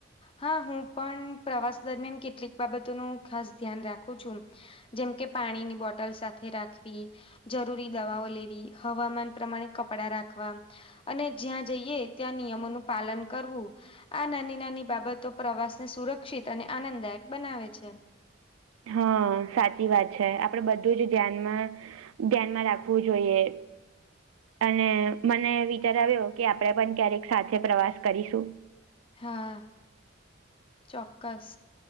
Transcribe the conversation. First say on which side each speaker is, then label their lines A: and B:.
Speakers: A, on the left; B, on the right.
A: હા હું પણ પ્રવાસ દરમિયાન કેટલીક બાબતોનું ખાસ ધ્યાન રાખું છું જેમ કે પાણીની બોટલ સાથે રાખવી જરૂરી દવાઓ લેવી હવામાન પ્રમાણે કપડા રાખવા અને જ્યાં જઈએ ત્યાં નિયમોનું પાલન કરવું આ નાની નાની બાબતો પ્રવાસને સુરક્ષિત અને આનંદદાયક બનાવે છે.
B: હા સાચી વાત છે આપડે બધું જ ધ્યાનમાં ધ્યાનમાં રાખવું જોઈએ. અને મને વિચાર આવ્યો કે આપણેે પણ ક્યારેક સાથે પ્રવાસ કરીશું.
A: હા ચોક્કસ.